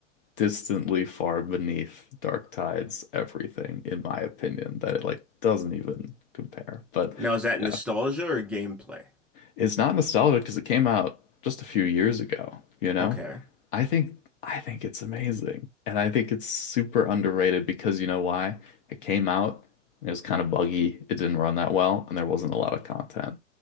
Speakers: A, on the left; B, in the centre.
A: distantly far beneath Darktide's everything, in my opinion, that it like doesn't even compare. But
B: Now is that
A: Yeah
B: nostalgia or gameplay?
A: it's not nostalgic because it came out just a few years ago, you know?
B: Okay.
A: I think I think it's amazing. And I think it's super underrated because you know why? It came out, it was kind of buggy, it didn't run that well, and there wasn't a lot of content.